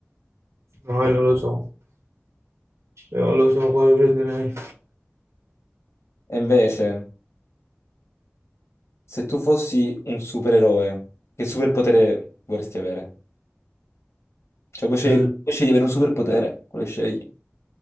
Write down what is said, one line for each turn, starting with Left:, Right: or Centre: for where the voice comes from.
Right: No, io non lo so. Io non lo so quale prenderei.
Left: E invece, se tu fossi un supereroe, che superpotere vorresti avere? Cioè, puoi scegli-
Right: Mm,
Left: puoi scegliere di avere un superpotere, quale scegli?